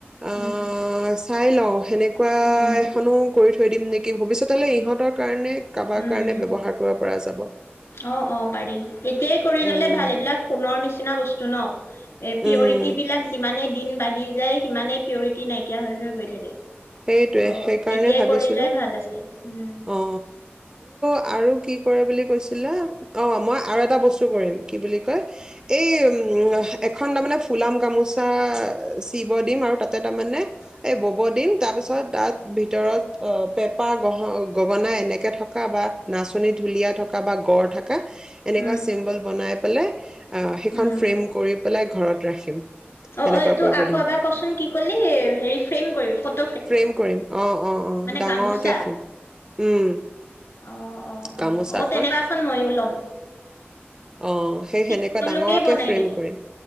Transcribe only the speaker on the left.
উম,
উম,
উম।
অ অ পাৰি এতিয়াই কৰি
ল'লে ভাল এইবিলাক সোণৰ নিচিনা বস্তু চুন এ পিউৰিটি
বিলাক যিমানেই দিন বাঢ়ি যায় সিমানে পিউৰিটি নাইকিয়া হৈ হৈ গৈ থাকে
ত'
এতিয়াই
কৰিলে ভাল আছে উম,
উম,
উম।
অ
অ এইটো
আকৌ
এবাৰ কচোন কি কলি হেৰি ফ্ৰেম কৰিবি ফটো
মানে
গামোচা
অ', অ', অ',
অ', তেনেকুৱা এখন ময়ো ল'ম।
কি
তেওঁলোকেই
বনাই
নেকি